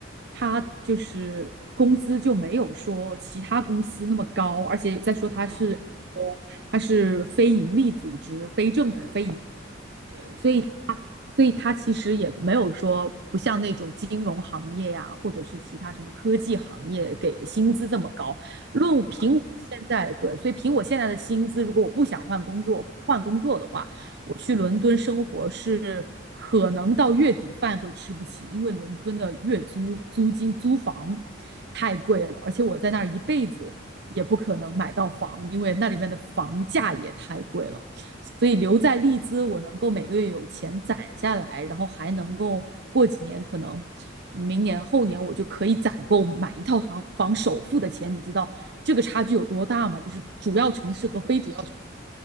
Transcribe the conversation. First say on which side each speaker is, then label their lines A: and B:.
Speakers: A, on the right (about 55°); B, on the right (about 90°).
A: 它就是工资就没有说其他公司那么高，而且再说它是有它是非盈利组织、
B: 啊，
A: 非政府、
B: 对
A: 非
B: 对，
A: 所以。所以它其实也没有说不像那种金融行业呀、啊或者是其他什么科技行业给的薪资这么高。论凭我现在对，
B: 嗯，
A: 所以凭我现在的薪资，如果我不想换工作，换工作的话，我去伦敦生活是可能到月底饭会吃不起，因为伦敦的月租租金租房太贵了，而且我在那儿一辈子也不可能买到房，因为那里面的房价也太贵了。所以留在利兹，我能够每个月有钱攒下来，然后还能够过几年，可能明年后年我就可以攒够买一套房房首付的钱。你知道这个差距有多大吗？就是主要城市和非主要城市
B: 是是。